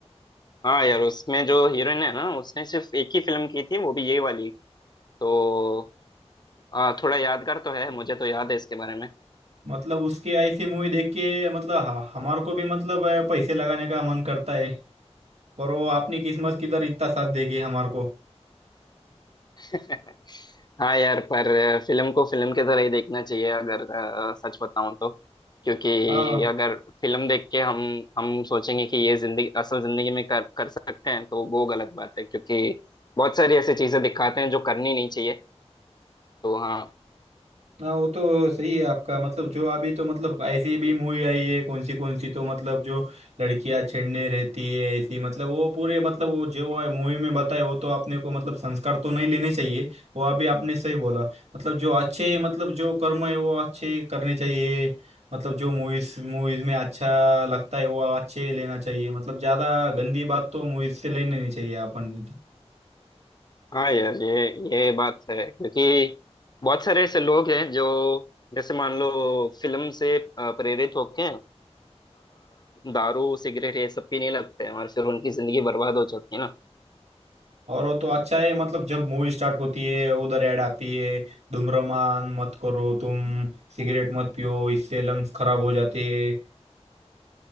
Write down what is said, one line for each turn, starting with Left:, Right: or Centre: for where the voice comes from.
Left: हाँ यार उसमें जो हीरोइन है ना उसने सिर्फ एक ही फिल्म की थी वो भी ये वाली तो आ, थोड़ा यादगार तो है मुझे तो याद है इसके बारे में
Right: मतलब उसकी ऐसी मूवी देख के मतलब ह- हमारे को भी मतलब अ, पैसे लगाने का मन करता है और वो अपनी किस्मत किधर इतना साथ देगी हमारे को
Left: <laughs> हाँ यार पर फिल्म को फिल्म की तरह ही देखना चाहिए अगर अ, सच बताऊं तो क्योंकि
Right: हाँ
Left: अगर फिल्म देख के हम हम सोचेंगे कि ये जिंदगी असल जिंदगी में कर कर सकते हैं तो वो गलत बात है क्योंकि बहुत सारी ऐसी चीजें दिखाते हैं जो करनी नहीं चाहिए तो हाँ
Right: हाँ वो तो सही है आपका मतलब जो अभी तो मतलब ऐसी भी मूवी आई है कौन सी कौन सी तो मतलब जो लड़कियां छेड़ने रहती है ऐसी मतलब वो पूरे मतलब वो जो मूवी में बताए वो तो आपने को मतलब संस्कार तो नहीं लेने चाहिए वो अभी आपने सही बोला मतलब जो अच्छे मतलब जो कर्म है वो अच्छे करने चाहिए मतलब जो मूवीज मूवीज में अच्छा लगता है वो अच्छे लेना चाहिए मतलब ज्यादा गंदी बात तो मूवीज से लेनी नहीं चाहिए अपन
Left: हाँ यार ये ये बात है क्योंकि बहुत सारे ऐसे लोग हैं जो जैसे मान लो फिल्म से अ, प्रेरित होके अ, दारू सिगरेट ये सब पीने लगते हैं और फिर उनकी जिंदगी बर्बाद हो जाती है ना
Right: और वो तो अच्छा है मतलब जब मूवी स्टार्ट होती है उधर ऐड आती है धूम्रपान मत करो तुम सिगरेट मत पियो इससे लंग्स खराब हो जाते हैं